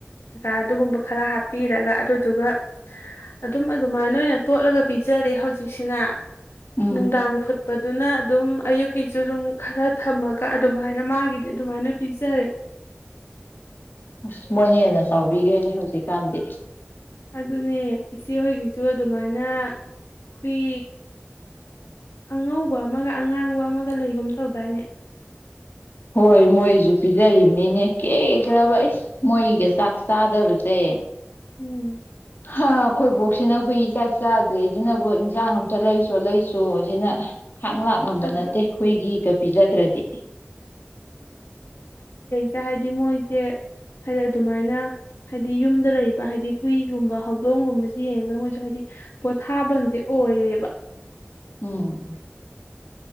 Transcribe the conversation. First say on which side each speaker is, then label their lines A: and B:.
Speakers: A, on the left; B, on the left.
A: ꯀꯩꯀꯥ ꯑꯗꯨꯒꯨꯝꯕ ꯈꯔ ꯍꯥꯞꯄꯤꯔꯒ ꯑꯗꯨꯗꯨꯒ ꯑꯗꯨꯝ ꯑꯗꯨꯃꯥꯏꯅ ꯑꯣꯏꯅ ꯇꯣꯠꯂꯒ ꯄꯤꯖꯔꯦ ꯍꯧꯖꯤꯛꯁꯤꯅ
B: ꯎꯝ
A: ꯅꯨꯡꯗꯥꯡ ꯐꯨꯠꯄꯗꯨꯅ ꯑꯗꯨꯝ ꯑꯌꯨꯛꯀꯤꯁꯨ ꯑꯗꯨꯝ ꯈꯔ ꯊꯝꯃꯒ ꯑꯗꯨꯃꯥꯏꯅ ꯃꯥꯒꯤꯗꯤ ꯑꯗꯨꯃꯥꯏꯅ ꯄꯤꯖꯔꯦ
B: ꯑꯁ ꯃꯣꯏꯅ ꯍꯦꯟꯅ ꯆꯥꯎꯕꯤꯒꯦꯅꯦ ꯍꯧꯖꯤꯛꯀꯥꯟꯗꯤ
A: ꯑꯗꯨꯅꯦ ꯏꯆꯦ ꯍꯣꯏꯒꯤꯁꯨ ꯑꯗꯨꯃꯥꯏꯅ ꯍꯨꯏ ꯑꯉꯧꯕ ꯑꯃꯒ ꯑꯉꯥꯡꯕ ꯑꯃꯒ ꯂꯩꯒꯨꯝ ꯇꯧꯗꯥꯏꯅꯦ
B: ꯍꯣꯏ ꯃꯣꯏꯁꯨ ꯄꯤꯖꯔꯤꯕꯅꯤꯅꯦ ꯀꯦꯈ꯭ꯔꯕ ꯑꯩꯁ ꯃꯣꯏꯒ ꯆꯥꯛ ꯆꯥꯗꯕꯁꯦ
A: ꯎꯝ
B: ꯍꯥ ꯈꯣꯏꯕꯣꯛꯁꯤꯅ ꯍꯨꯏ ꯆꯥꯛ ꯆꯥꯗ꯭ꯔꯦꯁꯤꯅꯕꯨ ꯏꯟꯖꯥꯡ ꯑꯝꯇ ꯂꯩꯁꯨꯣ ꯂꯩꯁꯨ ꯁꯤꯅ ꯊꯥꯡ ꯂꯥꯛꯂꯝꯝꯕ
A: ꯑꯗꯨ
B: ꯅꯠꯇꯦ ꯍꯨꯏꯒꯤꯒ ꯄꯤꯖꯗ꯭ꯔꯗꯤ
A: ꯁꯦ ꯍꯥꯏꯗꯤ ꯃꯣꯏꯁꯦ ꯍꯥꯏꯗꯤ ꯑꯗꯨꯃꯥꯏꯅ ꯍꯥꯏꯗꯤ ꯌꯨꯝꯗ ꯂꯩꯕ ꯍꯥꯏꯗꯤ ꯍꯨꯏꯒꯨꯝꯕ ꯍꯧꯗꯣꯡꯒꯨꯝꯕꯁꯤ ꯌꯦꯡꯉꯒ ꯃꯣꯏꯁꯨ ꯍꯥꯏꯗꯤ ꯄꯣꯊꯥꯐꯝꯁꯦ ꯑꯣꯏꯔꯦꯕ
B: ꯎꯝ